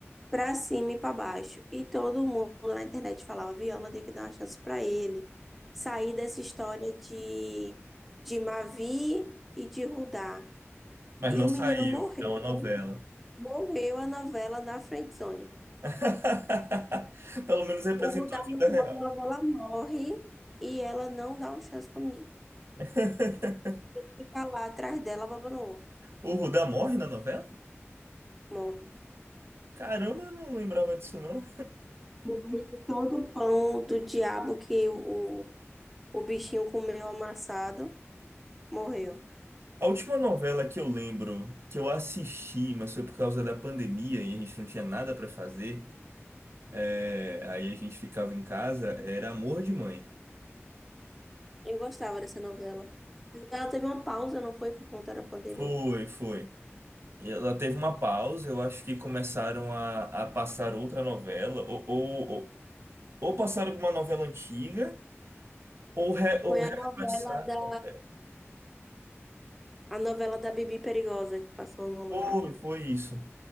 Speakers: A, in the centre; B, on the right (about 60°).
A: pra cima e pra baixo. E todo mundo na internet falava: Viola tem que dar uma chance pra ele, sair dessa história de, de Mavi e de Rudá.
B: Mas
A: E
B: não
A: o
B: saiu,
A: menino morreu,
B: é uma novela.
A: morreu a novela na friendzone.
B: <laughs> Pelo menos representou
A: O Dal,
B: a vida
A: no final
B: real.
A: da novela, morre e ela não dá uma chance pro menino
B: <laughs>
A: ficar lá atrás dela babando ovo.
B: O Rudá morre na novela?
A: Morre.
B: Caramba, eu não lembrava disso não.
A: Depois de todo o pão do diabo que o, o, o bichinho comeu amassado, morreu.
B: A última novela que eu lembro, que eu assisti, mas foi por causa da pandemia e a gente não tinha nada pra fazer, é, aí a gente ficava em casa, era Amor de Mãe.
A: Eu gostava dessa novela. Mas ela teve uma pausa, não foi por conta da pandemia.
B: Foi, foi. E Ela teve uma pausa, eu acho que começaram a, a passar outra novela, ou, ou, ou ou passaram alguma novela antiga. Ou, re, ou
A: Foi
B: recomeçar.
A: a novela da...
B: não, pera.
A: A novela da Bibi Perigosa que passou no lugar.
B: Foi, foi isso.